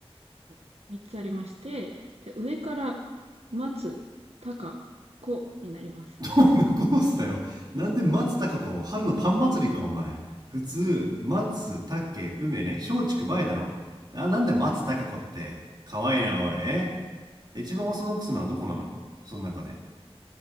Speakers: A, on the right; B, on the right.
A: はい。3つありまして、で、上から、松、高、子になります。
B: どんなコースだよ。なんで松たか子春のパン祭りか、お前。普通、松、竹、梅ね、松竹梅だろあ、なんで松たか子って。可愛いいな、おい。え一番オーソドックスなのはどこなのその中で。